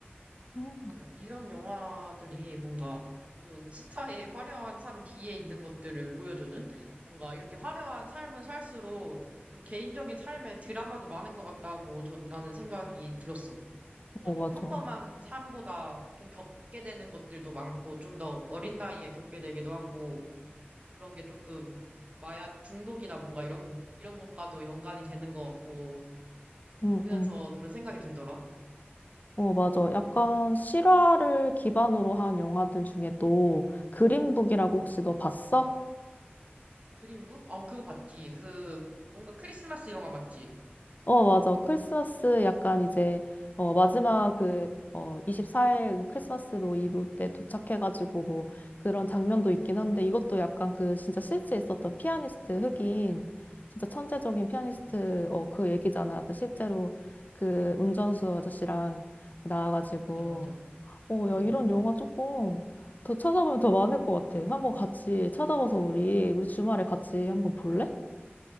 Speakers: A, on the left; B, on the right.
A: 음.
B: 맞아. 이런 영화들이 뭔가 이런 스타의 화려한 삶 뒤에 있는 것들을 보여주는 뭔가 이렇게 화려한 삶을 살수록 좀 개인적인 삶의 드라마도 많은 것 같다고 저, 나는 생각이 들었어. 뭔가
A: 어
B: 좀
A: 맞아
B: 평범한 삶보다 좀 겪게 되는 것들도 많고 좀 더 어린 나이에 겪게 되기도 하고 그런 게 조금 마약 중독이나 뭔가 이런, 이런 것과도 연관이 되는 것 같고, 이렇게
A: 응,
B: 보면서
A: 응.
B: 그런 생각이 들더라.
A: 어 맞아 약간 실화를 기반으로 한 영화들 중에 또 그린북이라고
B: 음.
A: 혹시 너 봤어?
B: 그린북? 어, 그거 봤지. 그, 뭔가 크리스마스 영화 맞지?
A: 어, 맞아. 크리스마스 약간 이제, 어, 마지막 그, 어, 24일 크리스마스 뭐 이브 때 도착해가지고 뭐 그런 장면도 있긴 한데 이것도 약간 그 진짜 실제 있었던 피아니스트 흑인, 진짜 천재적인
B: 음,
A: 피아니스트, 어, 그 얘기잖아. 그 실제로 그 운전수 아저씨랑 나와가지고.
B: 맞아, 맞아.
A: 어,
B: 음.
A: 야, 이런 영화 조금 더 찾아보면 더 많을 것 같아. 한번 같이 찾아봐서 우리, 우리 주말에 같이 한번 볼래?